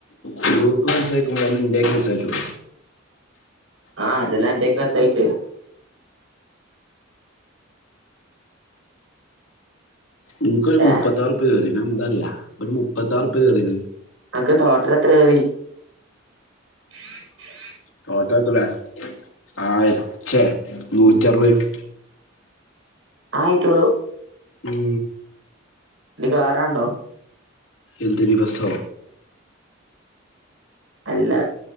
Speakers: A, on the left; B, on the right.
A: ഗ്രൂപ്പ് മെസ്സേജ് അയക്കും പോലെ എന്റേക്ക് മെസ്സേജ് അയച്ച് കൂടെ
B: ആ അതല്ലേ അന്റെയ്ക്ക് മെസ്സേജ് അയച്ചത്
A: എനിക്കൊരു മുപ്പത്താറ്
B: ഏഹ്
A: റുപ്പിക കേറീന് അത് എന്താ അറിയുവോ ഒരു മുപ്പത്താറ് റുപ്പിക കേറീന്
B: അനക്ക് ടോട്ടൽ എത്ര കേറി <inaudible>
A: ടോട്ടൽ <unintelligible> ആയി ഇച്ചേ നൂറ്റിയറുപത്
B: ആയിട്ടൊള്ളൂ
A: ഉം
B: ഇനി കേറാനുണ്ടോ
A: എന്തിനി ബസ്സോ
B: അല്ല